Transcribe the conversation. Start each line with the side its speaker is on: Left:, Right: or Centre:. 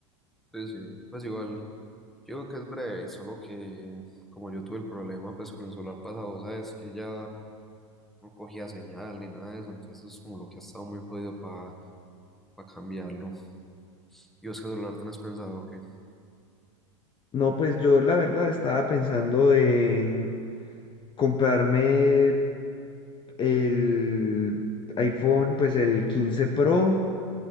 Centre: Sí, sí, pues igual, yo digo que es breve, solo que como yo tuve el problema pues con el solar pasado, sabes que ya no cogía señal ni nada de eso, entonces es como lo que ha estado muy jodido para cambiarlo. ¿Y vos qué celular tenés pensado que?
Left: No, pues yo la verdad estaba pensando en comprarme el iPhone, pues el 15 Pro